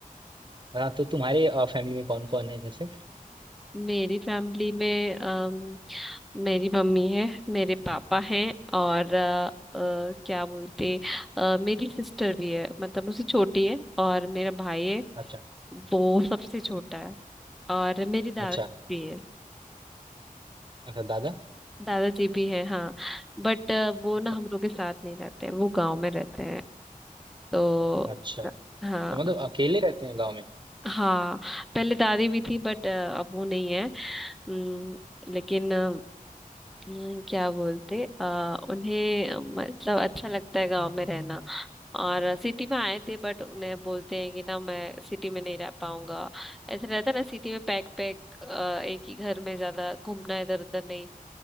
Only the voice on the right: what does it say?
हाँ तो तुम्हारे फैमिली में कौन कौन है जैसे
अच्छा
अच्छा
अच्छा दादा
अच्छा
अच्छा
तो मतलब अकेले रहते हैं गाँव में